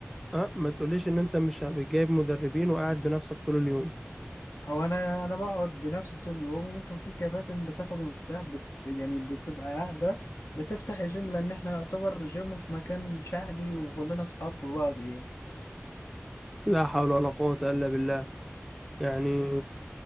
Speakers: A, in the centre; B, on the left.
A: اه ما تقوليش ان انت مش بتجيب مدربين وقاعد بنفسك طول اليوم
B: هو انا انا بقعد بنفسي طول اليوم ممكن في كباتن بتاخد المفتاح بت يعني بتبقى قاعده بتفتح الجيم لان احنا يعتبر جيم في مكان شعبي وكلنا اصحاب في بعض يعني
A: لا حول ولا قوة الا بالله يعني